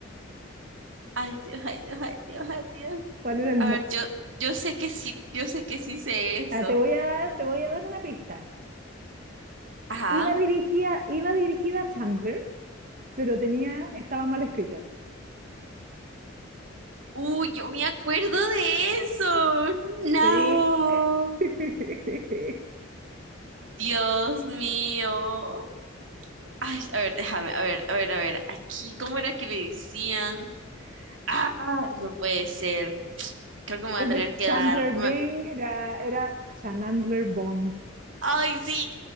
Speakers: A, on the right; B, on the right.
A: Ay, Dios, ay, Dios, ay, Dios, ay, Dios.
B: ¿Cuál era el
A: A ver, yo, yo sé que sí, yo sé que sí sé eso.
B: Ah, te voy a dar, te voy a dar una pista.
A: Ajá.
B: Iba dirigida, iba dirigida a Chandler, pero tenía, estaba mal escrita.
A: Uy, yo me acuerdo de eso. No.
B: Sí. <laughs>
A: Dios mío. Ay, a ver, déjame, a ver, a ver, a ver. Aquí, ¿cómo era que le decían? Ah, no puede ser. Creo que me voy
B: Es
A: a tener
B: de
A: que
B: Chandler
A: dar.
B: Bing, era, era Chandler Bong.
A: Ay, sí,